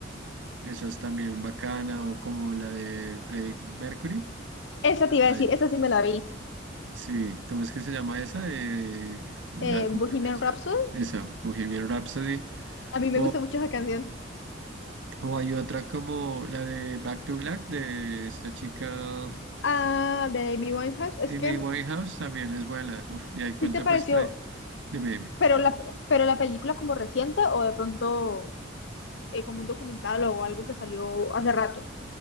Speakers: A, on the right; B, on the left.
A: Esa es también bacana. O como la de Freddie Mercury.
B: Esa te iba
A: la
B: a decir,
A: de-
B: esa sí me la vi.
A: Sí, ¿cómo es que se llama esa? Eh, la,
B: Eh,
A: como
B: Bohemian
A: la canción.
B: Rhapsody.
A: Esa, Bohemian Rhapsody.
B: A mí me
A: O,
B: gusta mucho esa canción.
A: o hay otra como la de Back to Black de esta chica
B: Ah, de Amy Winehouse. Es
A: Amy
B: que
A: Winehouse, también es buena. Uf, y ahí cuenta
B: sí te pareció,
A: pues pre- Dime, dime.
B: pero la, pero la película como reciente o de pronto eh, como un documental o algo que salió hace rato.